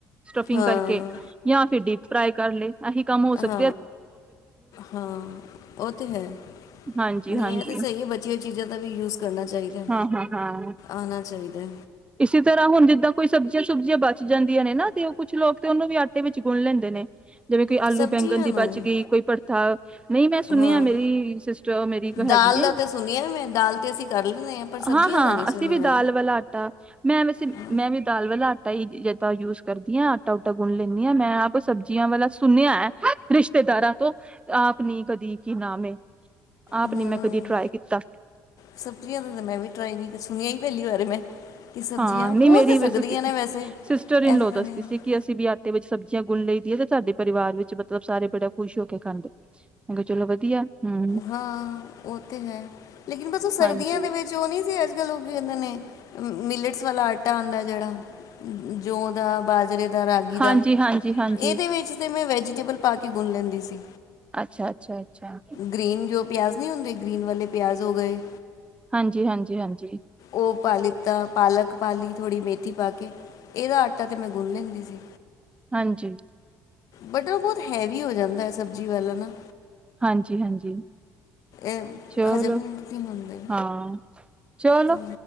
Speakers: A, on the right; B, on the left.
A: ਸਟਫਿੰਗ
B: ਹਾਂ
A: ਕਰਕੇ ਯਾਂ ਫਿਰ ਡੀਪ ਫਰਾਈ ਕਰ ਲਏ ਇਹੀ ਕੰਮ ਹੋ ਸਕ
B: ਹ ਹਾਂ ਉਹ ਤੇ ਹੈ
A: ਹਾਂਜੀ
B: ਨਹੀਂ
A: ਹਾਂਜੀ
B: ਇਹ ਤੇ ਸਹੀ ਹੈ ਬਚੀ ਹੋਈ ਚੀਜ਼ਾਂ ਦਾ ਵੀ ਯੂਜ ਕਰਨਾ ਚਾਹੀਦਾ
A: ਹਾਂ ਹਾਂ ਹਾਂ
B: ਆਉਣਾ ਚਾਹੀਦਾ
A: ਇਸੇ ਤਰ੍ਹਾਂ ਹੁਣ ਜਿੱਦਾਂ ਕੋਈ ਸਬਜ਼ੀਆਂ ਸੁਬਜ਼ੀਆਂ ਬਚ ਜਾਂਦੀਆਂ ਨੇ ਨਾ ਤੇ ਉਹ ਕੁਛ ਲੋਕ ਤੇ ਉਹਨੂੰ ਵੀ ਆਟੇ ਵਿੱਚ ਗੁੰਣ ਲੈਂਦੇ ਨੇ ਜਿਵੇਂ। ਬੰਗਨ
B: ਸਬਜ਼ੀਆਂ
A: ਦੀ
B: ਨੂੰ
A: ਬਚ ਗਈ, ਕੋਈ ਪੜਥਾ, ਨਹੀਂ ਮੈਂ ਸੁਣਿਆ
B: ਹਾਂ
A: ਮੇਰੀ ਸਿਸਟਰ ਮੇਰੀ ਇਕ
B: ਦਾਲ
A: ਹੈਗੀ ਏ
B: ਦਾ ਤੇ ਸੁਣਿਆ ਮੈਂ ਦਾਲ ਤੇ ਅਸੀਂ ਕਰ ਲੈਂਦੇ ਪਰ ਸਬਜ਼ੀਆਂ
A: ਹਾਂ ਹਾਂ
B: ਦਾ ਨਹੀਂ ਸੁਣਿਆ
A: ਅਸੀਂ ਵੀ ਦਾਲ ਵਾਲਾ ਆਟਾ ਮੈ ਵੇਸੇ
B: ਹਾਂ
A: ਮੈਂ ਵੀ ਦਾਲ ਵਾਲਾ ਆ ਹੀ <unintelligible> ਜਿੱਦਾਂ ਯੂਜ ਕਰਦੀ ਹਾਂ। ਆਟਾ ਓਟਾ ਗੁੰਣ ਲੈਂਦੀ ਹਾਂ ਮੈਂ ਆਪ ਸਬਜੀ ਸਬਜੀਆਂ ਵਾਲਾ ਸੁਣਿਆ ਹੈ <inaudible> ਰਿਸ਼ਤੇਦਾਰਾਂ ਤੋਂ ਆਪ ਨੀ ਕਦੀ ਕੀ ਨਾਮੇ ਆਪ
B: ਹੂੰ
A: ਨੀ ਮੈਂ ਕਦੀ ਟਰਾਈ ਕੀਤਾ
B: ਸਬਜ਼ੀਆਂ ਦਾ ਤਾਂ ਮੈਂ ਵੀ ਟਰਾਈ ਨਹੀਂ ਸੁਣਿਆ ਹੀ ਪਹਿਲੀ ਵਾਰ ਮੈਂ ਕਿ ਸਬਜ਼ੀਆਂ
A: ਹਾਂ ਨਹੀਂ
B: ਹੋ
A: ਮੇਰੀ
B: ਤਾਂ ਸਕਦੀਆਂ
A: ਵੇਸੇ
B: ਨੇ ਵੈਸੇ
A: ਸਿਸਟਰ
B: ਐਸਾ
A: ਇਨ ਲੋ
B: ਤਾਂ
A: ਦੱਸਦੀ
B: ਨਹੀਂ
A: ਸੀ ਕਿ ਅਸੀਂ ਵੀ ਆਟੇ ਵਿਚ ਸਬਜ਼ੀਆਂ ਗੁਨ ਲਈ ਦੀ ਏ ਸਾਡੇ ਪਰਿਵਾਰ ਵਿੱਚ ਬੱਚੇ ਮਤਲਬ ਸਾਰੇ ਬੜੇ ਖੁਸ਼ ਹੋ ਕੇ ਖਾਂਦੇ ਮੈ ਕਿਹਾ ਚਲੋ ਵਧੀਆ ਹਮ
B: ਹਾਂ ਉਹ ਤੇ ਹੈ ਲੇਕਿਨ ਬਸ ਉਹ ਸਰਦੀਆਂ
A: ਹਾਂਜੀ
B: ਦੇ ਵਿੱਚ ਉਹ ਨਹੀਂ ਸੀ ਅੱਜ ਕੱਲ ਉਹ ਕਿ ਕਹਿੰਦੇ ਨੇ ਮਿਲੇਟਸ ਵਾਲਾ ਆਟਾ ਆਂਦਾ ਜਿਹੜਾ ਜੋ ਉਹਦਾ ਬਾਜਰੇ। ਰਾਗੀ
A: ਹਾਂਜੀ
B: ਦਾ
A: ਹਾਂਜੀ ਹਾਂਜੀ
B: ਇਹਦੇ ਵਿੱਚ ਤੇ ਮੈਂ ਵੇਜੀਟੇਬਲ ਪਾ ਕੇ ਗੁੰਣ ਲੈਂਦੀ ਸੀ
A: ਅੱਛਾ ਅੱਛਾ ਅੱਛਾ
B: ਗ੍ਰੀਨ ਜੋ ਪਿਆਜ਼ ਨਹੀਂ ਹੁੰਦੇ ਗ੍ਰੀਨ ਵਾਲੇ ਪਿਆਜ਼ ਹੋ ਗਏ।
A: ਹਾਂਜੀ ਹਾਂਜੀ ਹਾਂਜੀ
B: ਉਹ ਪਾ ਲਿੱਤਾ ਪਾਲਕ ਪਾ ਲਈ ਥੋੜ੍ਹੀ ਮੇਥੀ ਪਾ ਕੇ ਇਹਦਾ ਆਟਾ ਤਾਂ ਮੈਂ ਗੁੰਨ ਲੈਂਦੀ ਸੀ
A: ਹਾਂਜੀ
B: ਬਟਰ ਬਹੁਤ ਹੈਵੀ ਹੋ ਜਾਂਦਾ ਹੈ ਸਬਜ਼ੀ ਵਾਲਾ ਨਾ
A: ਹਾਂਜੀ ਹਾਂਜੀ
B: ਇਹ
A: ਚਲੋ
B: ਖਜਮ ਨਿਸੀ ਹੁੰਦੇ
A: ਹਾਂ ਚਲੋ
B: ਤਾਂ